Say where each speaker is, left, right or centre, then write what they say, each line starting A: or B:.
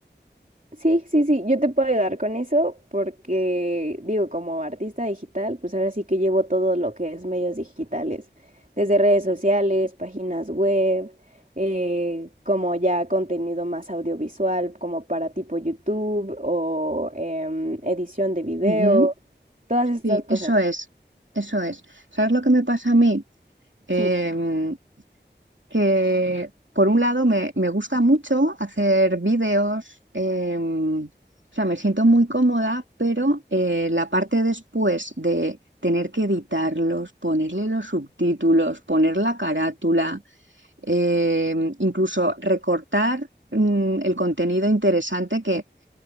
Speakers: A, on the right; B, on the right.
A: Sí, sí, sí, yo te puedo ayudar con eso porque, digo, como artista digital, pues ahora sí que llevo todo lo que es medios digitales, desde redes sociales, páginas web, eh, como ya contenido más audiovisual, como para tipo YouTube o em, edición de video,
B: Ujú.
A: todas estas
B: Sí,
A: cosas.
B: eso es, eso es. ¿Sabes lo que me pasa a mí? Em,
A: Sí,
B: que por un lado me, me gusta mucho hacer vídeos, em, o sea, me siento muy cómoda, pero eh, la parte después de tener que editarlos, ponerle los subtítulos, poner la carátula, em, incluso recortar, mm, el contenido interesante que